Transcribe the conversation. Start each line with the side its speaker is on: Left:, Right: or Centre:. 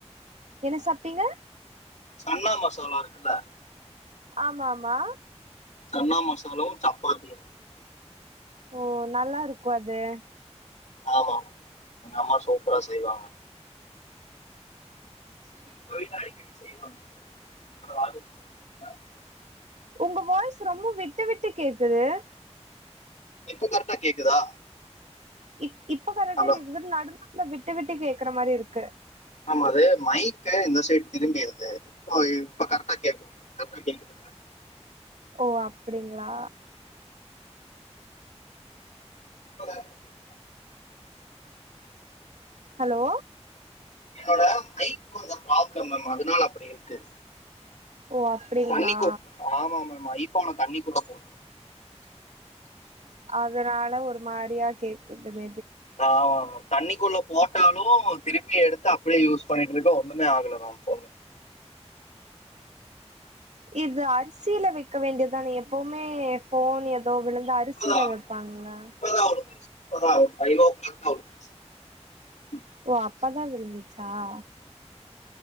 Right: என்ன சாப்டிங்க
Left: சென்னா மசாலா இருக்குல்ல
Right: ஆமா ஆமா
Left: சென்னா மசாலாவு சப்பாதியு
Right: ஓ நல்லா இருக்கு அது
Left: ஆமா எங்க அம்மா சூப்பரா செய்வாங்க
Right: <inaudible>
Left: <unintelligible>
Right: உங்க வாய்ஸ் ரொம்ப விட்டு விட்டு கேக்குது
Left: இப்ப கரெக்டா கேக்குதா
Right: இப் இப்ப கரெக்டா
Left: ஹலோ
Right: கேக்குது நடு நாடுல ந விட்டு விட்டு கேக்குற மாரி இருக்கு
Left: ஆமா அது மைக் இந்த சைடு திரும்பிருது இப்ப இப்ப கரெக்டா கரெக்டா கேக்குதுல்ல
Right: ஓ அப்டிங்களா
Left: <unintelligible>
Right: ஹலோ
Left: என்னோட மைக் கொஞ்கம் ப்ராப்ளம் அதனால அப்டி இருக்கு
Right: ஓ அப்டிங்களா
Left: தண்ணி ஆமா ஆமா ஆமா ஐ போன தண்ணி கூட போ
Right: அதனால ஒரு மாரியா கேக்தும
Left: ஆ ஆமா ஆமா தண்ணிக்குள்ள போட்டாலு திருப்பி எடுத்து அப்டியே யூஸ் பண்ணிட்டு இருக்கே ஒண்ணுமே ஆகல மேம் போ
Right: இது அரிசியில வைக்க வேண்டியதான எப்பவுமே போன் ஏதோ விழுந்து அரிசியில
Left: இப்போதான்
Right: வப்பாங்களா <inaudible>
Left: இப்போதான் <unintelligible>
Right: ஓ அப்ப தான் விந்துச்சு அா